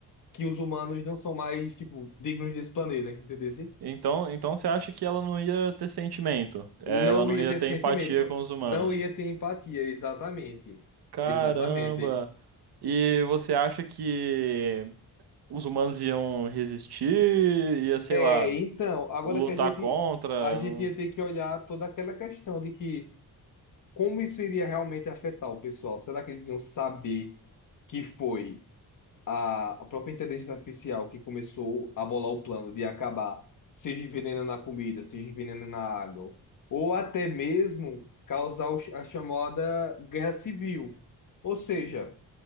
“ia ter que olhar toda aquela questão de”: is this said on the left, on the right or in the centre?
Left